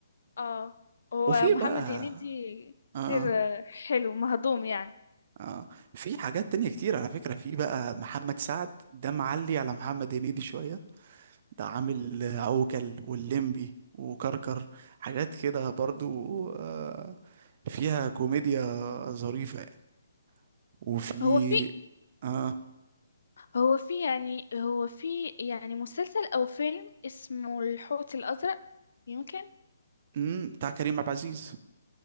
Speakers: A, on the left (about 75°); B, on the right (about 35°).
A: اه هو
B: وفي
A: محمد
B: بقى
A: هنيدي كتير
B: اه
A: آه، حلو مهضوم يعني
B: اه في حاجات تانية كتير على فكره في بقى محمد سعد ده معلي على محمد هنيدي شويه ده عامل عوكل واللمبي وكركر حاجات كده برضو آه، فيها كوميديا ظريفة يعني وفي
A: هو في
B: اه
A: هو في يعني هو في يعني مسلسل او فيلم اسمه الحوت الازرق يمكن
B: امم بتاع كريم عبد العزيز